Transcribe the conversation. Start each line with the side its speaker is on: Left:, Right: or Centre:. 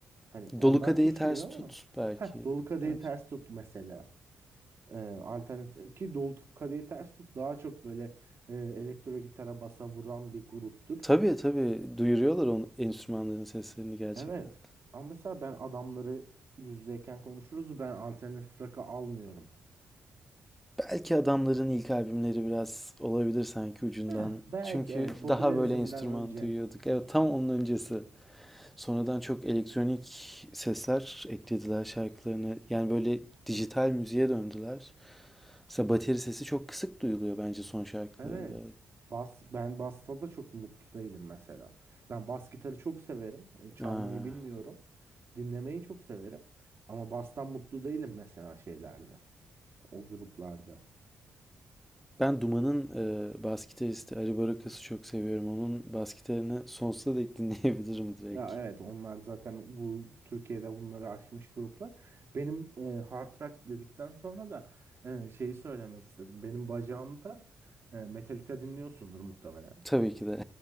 Right: Hani onlar
Centre: Dolu kadehi
Right: düşünüyor
Centre: ters tut
Right: ama
Centre: belki.
Right: heh, Dolu Kadehi
Centre: Evet.
Right: Ters Tut mesela. Ee, alternatif ki Dolu Kadehi Ters Tut daha çok böyle e, elektro gitara basa vuran bir gruptur.
Centre: Tabii tabii duyuruyorlar onun enstrümanların seslerini gerçekten.
Right: Evet. Ama mesela ben adamları yüz yüzeyken konuşuruz. Ben alternatif rock'ı almıyorum.
Centre: Belki adamların ilk albümleri biraz olabilir sanki ucundan.
Right: Heh, belki
Centre: Çünkü
Right: evet popülerizmden
Centre: daha böyle enstrüman
Right: önce.
Centre: duyuyorduk. Evet tam onun öncesi. Sonradan çok elektronik sesler eklediler şarkılarına. Yani böyle dijital müziğe döndüler. Mesela bateri sesi çok kısık duyuluyor bence son şarkılarında.
Right: Evet. Bas, ben basta da çok mutlu değilim mesela. Ben bas gitarı çok severim. E, Çalmayı
Centre: Aa,
Right: bilmiyorum. Dinlemeyi çok severim. Ama bastan mutlu değilim mesela şeylerde. O gruplarda.
Centre: ben Duman'ın e, bas gitaristi Ari Barakas'ı çok seviyorum. Onun bas gitarını sonsuza dek dinleyebilirim direkt.
Right: Ya evet onlar zaten bu Türkiye'de bunları aşmış gruplar. Benim e, hard rock dedikten sonra da e, şeyi söylemek istedim. Benim bacağımda e, Metallica dinliyorsundur muhtemelen.
Centre: Tabii ki de.